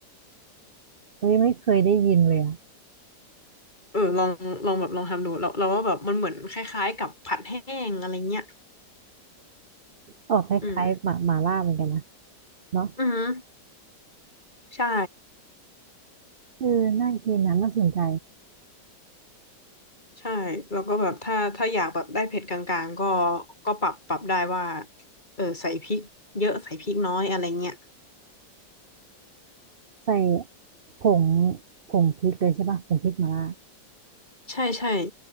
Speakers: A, on the right (about 70°); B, on the left (about 25°).
A: เฮ้ยไม่เคยได้ยินเลยอ่ะ
B: เออลองลองแบบลองทำดูเราเราว่าแบบมันเหมือนคล้ายๆกับผัดแห้งอะไรเงี้ย
A: ออกคล้ายๆหมาหมาล่าเหมือนกันนะ
B: อืม
A: เนาะ
B: อือือใช่
A: เออน่ากินนะน่าสนใจ
B: ใช่แล้วก็แบบถ้าถ้าอยากแบบได้เผ็ดกลางๆก็ก็ปรับปรับได้ว่าเออใส่พริกเยอะใส่พริกน้อยอะไรเงี้ย
A: ใส่ผงผงพริกเลยใช่ป่ะผงพริกหมาล่า
B: ใช่ใช่